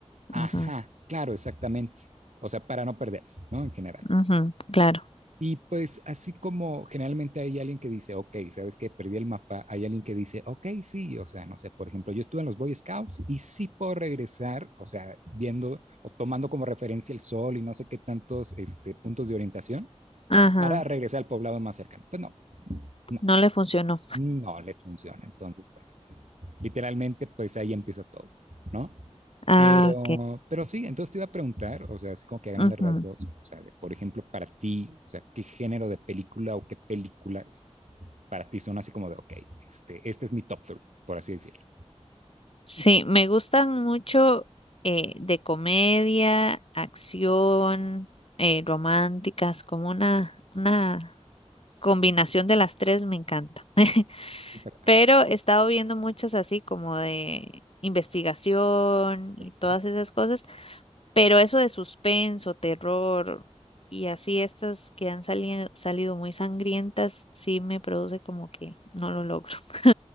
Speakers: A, on the right; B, on the left.
A: Ajá,
B: Ajá,
A: claro, exactamente. O sea, para no perderse, ¿no? En general.
B: ujú, Claro.
A: Y pues así como generalmente hay alguien que dice, ok, ¿sabes qué? Perdí el mapa, hay alguien que dice, ok, sí, o sea, no sé, por ejemplo, yo estuve en los Boy Scouts y sí puedo regresar, o sea, viendo o tomando como referencia el sol y no sé qué tantos este, puntos de orientación
B: Ajá.
A: para regresar al poblado más cercano. Pues no, no,
B: No le funcionó.
A: no les funciona. Entonces, pues literalmente, pues ahí empieza todo, ¿no?
B: Ah,
A: Pero, pero sí, entonces te iba a preguntar, o sea, así como que a grandes
B: ok.
A: rasgos, o sea, de, por ejemplo, para ti, o sea, ¿qué género de película o qué películas para ti son así como de, ok, este, este es mi top three, por así decirlo?
B: Sí, me gustan mucho eh, de comedia, acción, eh, románticas, como una, una combinación de las tres me encanta. <laughs>
A: Súper, ajá,
B: Pero he estado viendo muchas así como de investigación
A: súper,
B: y todas
A: ajá.
B: esas cosas, pero eso de suspenso, terror y así estas que han salido, salido muy sangrientas, sí me produce como que no lo logro. <laughs>